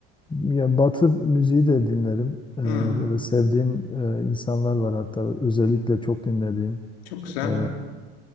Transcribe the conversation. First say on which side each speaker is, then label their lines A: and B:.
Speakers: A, on the left; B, on the left.
A: ya Batı müziği de dinlerim. E,
B: hı.
A: böyle sevdiğim e, insanlar var hatta özellikle çok dinlediğim
B: Çok güzel.
A: e,